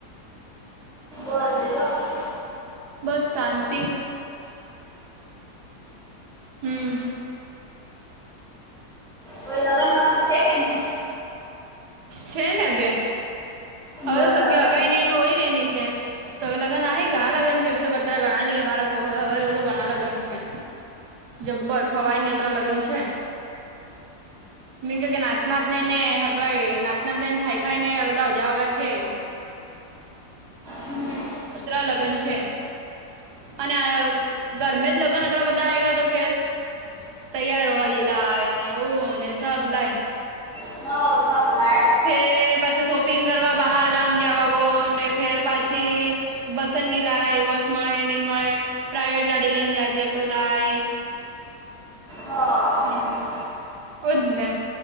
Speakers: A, in the centre; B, on the right.
A: બજ <unintelligible>
B: બસ શાંતિ. હમ
A: કોઈ લગન વગન છે કે નહી
B: છે ને બે હવે
A: બરાબર
B: તો સબજી હગીને એ હોય રેની છે તોવે લગ્ન આ ઘણા લગન છે ભી તો પતરા ઘણા નહં અમારા હવે તો ઘણા લગ્ન છે જબ્બર ખ હવાઈ નેત્રા લગ્ન છે મી ક કે નાચનાને ને હગ નાચનાને ખાાઈ ખાઈ ને એળદજવા છેું
A: હમ
B: અત્ર લગ્ન છે અને ગરમે જ લગ્ન, અત બધા આય ગ તો ફેર તૈયાર હોવા ગેલાય ને, ઓ ને સબ લ એ. <inaudible>
A: હ સગ ના <unintelligible>
B: ફેર પાછી શોપિંગ કરવા બહાર ગામ જવા ગો ને, ફેર પાછી બસન ગેલાય, બસ મળે નહીં મળે, પ્રાઇવેટ ગાડી લઈને જ છે તો લાય.
A: હ
B: હમ. હો જ,